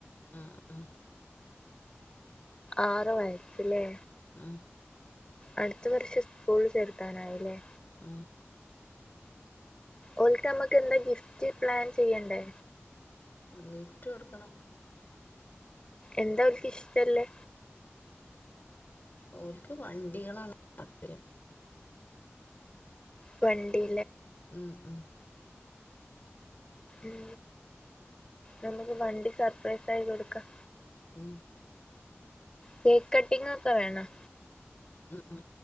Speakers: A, on the left; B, on the left.
A: ആ ആ
B: ആറ് വയസ്സ് ല്ലേ
A: ആ
B: അടുത്ത വർഷം സ്കൂള് ചേർക്കാനായില്ലേ
A: ആ
B: ഓൽക്ക് നമ്മക്ക് എന്താ ഗിഫ്റ്റ് പ്ലാൻ ചെയ്യണ്ടേ
A: ഗിഫ്റ്റ് കൊടുക്കണം
B: എന്താ ഓൾക്ക് ഇഷ്ട്ടമില്ലെ
A: ഓലക്ക് വണ്ടികളാണ് താൽപര്യം
B: വണ്ടി
A: ഉം ഉം
B: ഉം നമുക്ക് വണ്ടി സർപ്രൈസ് ആയി കൊടുക്കാം
A: ഉം
B: കേക്ക് കട്ടിങ്ങ് ഒക്കെ വേണം
A: ഉം